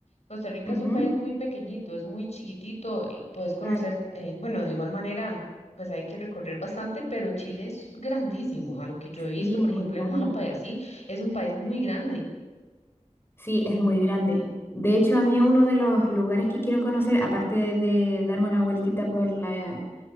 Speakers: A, on the left (about 65°); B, on the left (about 20°).
A: Costa Rica
B: Ujú,
A: es un país muy pequeñito, es muy chiquitito y puedes conocer,
B: claro.
A: eh, bueno, de igual manera, pues hay que recorrer bastante, pero Chile es grandísimo, a lo que yo he visto,
B: Sí,
A: por
B: es muy
A: ejemplo,
B: grande.
A: en un mapa y así, es un país muy grande.
B: Sí, es muy grande. De hecho, a mí uno de los lugares que quiero conocer, aparte de darme una vueltita por la,